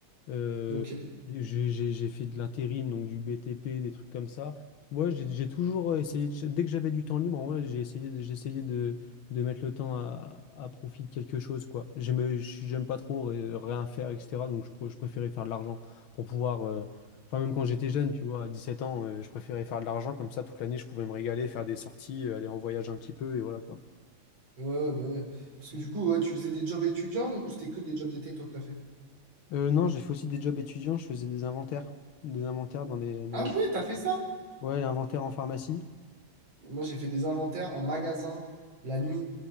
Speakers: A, on the left (about 85°); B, on the right (about 75°).
A: Euh,
B: Ok.
A: j'ai j'ai- j'ai fait de l'intérim, donc du BTP, des trucs comme ça. Moi, j'ai j'ai toujours essayé, de- dès que j'avais du temps libre, en vrai, j'ai essayé, de- j'ai essayé de, de mettre le temps à, à profit de quelque chose, quoi. J'aime, j'aime pas trop ré- rien faire, etc. Donc, je, pr- je préférais faire de l'argent pour pouvoir. euh, Enfin, même quand j'étais jeune, tu vois, à 17 ans, euh, je préférais faire de l'argent, comme ça, toute l'année, je pouvais me régaler, faire des sorties, euh, aller en voyage un petit peu, et voilà, quoi.
B: Ouais, ouais, bah ouais. Parce que du coup, ouais, tu faisais des jobs étudiants ou c'était que des jobs d'été, toi, que t'as fait?
A: Euh, non, j'ai fait aussi des jobs étudiants, je faisais des inventaires. Des inventaires dans les, dans
B: Ah
A: les...
B: ouais, t'as fait ça?
A: Ouais, inventaire en pharmacie.
B: Moi, j'ai fait des inventaires en magasin la nuit.